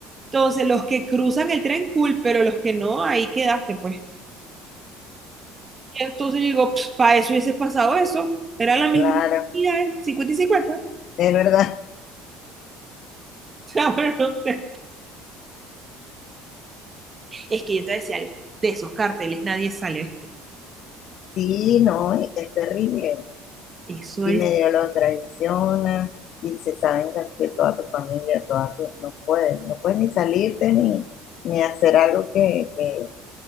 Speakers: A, on the right; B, on the left.
A: Entonces, los que cruzan el tren, cool, pero los que no, ahí quedaste, pues. Y entonces yo digo, para eso hubiese pasado eso. Era la misma
B: claro,
A: cantidad, 50 y cincuenta <laughs> O
B: es verdad.
A: sea, pero no sé. Es que yo te decía algo, de esos carteles nadie sale, ¿viste?
B: Sí, no, es terrible.
A: Eso
B: y
A: es.
B: medio lo traiciona y se saben casi que toda tu familia, toda tu, no puedes, no puedes ni salirte ni, ni hacer algo que, que